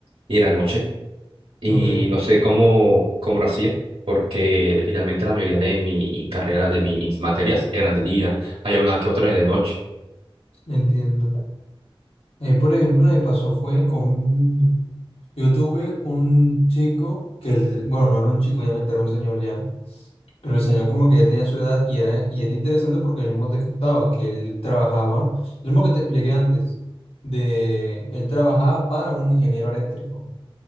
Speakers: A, on the right; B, on the left.
A: y era noche. Y
B: ok,
A: no sé cómo, cómo lo hacía, porque literalmente la mayoría de mi carrera, de mis materias, eran de día. Había una que otra de noche.
B: entiendo. Eh, por ejemplo, me pasó fue con Yo tuve un chico que, el- bueno, no era un chico, obviamente era un señor ya, pero el señor como que ya tenía su edad y era, y era interesante porque él mismo te contaba que él trabajaba, lo mismo que te expliqué antes, de él trabajaba para un ingeniero eléctrico.